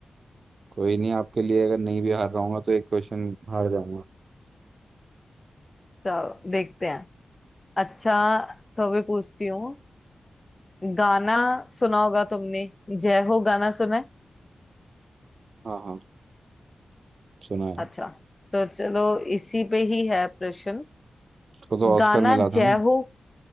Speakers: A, on the right (about 60°); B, on the left (about 30°).
A: कोई नहीं आपके लिए अगर नहीं भी हार रहा हूंगा तो एक क्वेश्चन हार जाऊंगा
B: चलो देखते हैं अच्छा तो अभी पूछती हूँ गाना सुना होगा तुमने जय हो गाना सुना है
A: हाँ हाँ सुना है
B: अच्छा तो चलो इसी पे ही है प्रश्न
A: उसको तो ऑस्कर
B: गाना
A: मिला था
B: जय
A: ना
B: हो